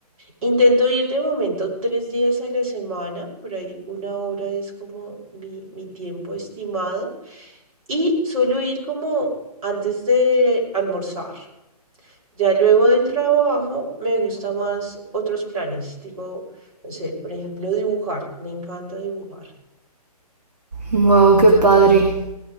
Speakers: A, on the right; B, on the right.
A: Intento ir de momento tres días a la semana, por ahí una hora es como mi, mi tiempo estimado. Y suelo ir como antes de almorzar. Ya luego del trabajo me gusta más otros planes, tipo, no sé, por ejemplo, dibujar. Me encanta dibujar.
B: Wow, qué padre.